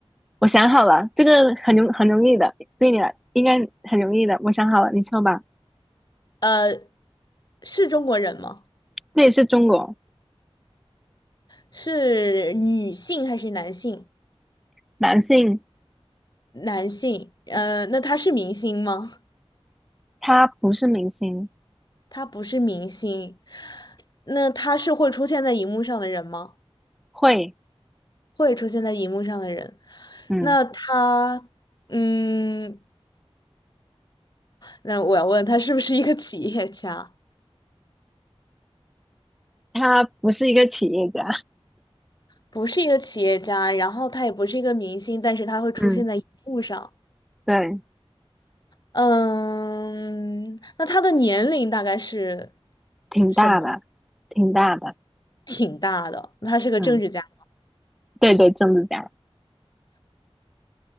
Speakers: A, in the centre; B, on the left (about 40°).
A: 我想好了，这个很容很容易的，对你来应该很容易的，我想好了，你说吧。
B: 呃，是中国人吗？
A: 这也是中国
B: 是女性还是男性？
A: 男性，
B: 男性，呃，那他是明星吗？
A: 他不是明星，
B: 他不是明星，那他是会出现在荧幕上的人吗？
A: 会，
B: 会出现在荧幕上的人，
A: 嗯，
B: 那他，嗯，那我要问他是不是一个企业家？
A: 他不是一个企业家，
B: 不是一个企业家，然后他也不是一个明星，但是他会出现在荧幕上。
A: 嗯，<laughs> 对，
B: 嗯，那他的年龄大概是
A: 挺大的，
B: 什么？
A: 挺大的，
B: 挺大的，他是个政治家，
A: 嗯，对对，政治家，